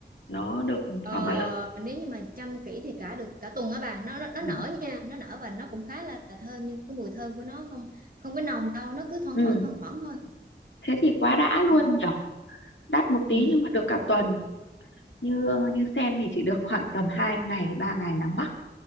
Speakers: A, on the left; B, on the right.
A: nó được
B: Ờ,
A: khoảng bao lâu
B: nếu như mà chăm kỹ thì cả được cả tuần á bà nó, nó nó
A: ừ.
B: nở nha nó nở và nó cũng khá là thơm nhưng cái mùi thơm của nó không không có nồng đâu nó cứ thoang
A: ừ
B: thoảng thoang thoảng thôi
A: thế thì quá đã
B: ừ.
A: luôn nhở đắt một tí
B: Ừ.
A: nhưng mà được cả tuần như như sen thì chỉ được khoảng tầm 2 ngày 3 ngày là mắc